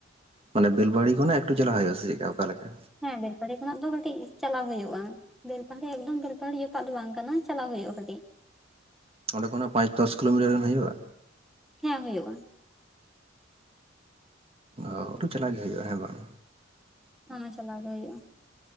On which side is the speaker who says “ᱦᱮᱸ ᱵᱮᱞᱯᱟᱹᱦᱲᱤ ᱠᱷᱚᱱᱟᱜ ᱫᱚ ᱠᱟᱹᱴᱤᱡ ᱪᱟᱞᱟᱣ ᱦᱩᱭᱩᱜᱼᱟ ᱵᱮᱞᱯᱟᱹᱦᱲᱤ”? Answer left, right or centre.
Centre